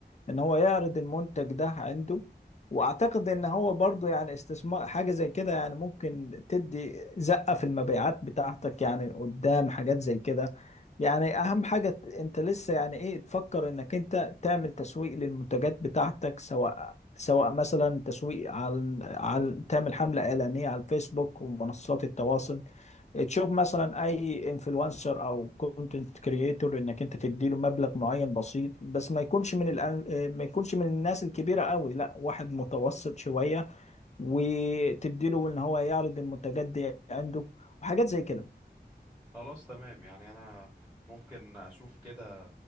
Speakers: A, on the left; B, in the centre.
A: ان هو يعرض المنتج ده عنده واعتقد ان هو برضو يعني استثمار حاجة زي كده يعني ممكن تدي زقة في المبيعات بتاعتك يعني قدام حاجات زي كده يعني اهم حاجة ت- انت لسه يعني ايه تفكر انك انت تعمل تسويق للمنتجات بتاعتك سواء سواء مثلا تسويق على على تعمل حملة إعلانية على الفيسبوك ومنصات التواصل تشوف مثلا اي انفلونسر او كونتنت كرييتور انك انت تديله مبلغ معين بسيط بس ما يكونش من الأن... ما يكونش من الناس الكبيره قوي لا واحد متوسط شويه وتديله ان هو يعرض المنتجات دي عنده وحاجات زي كده
B: خلاص تمام يعني انا ممكن اشوف كده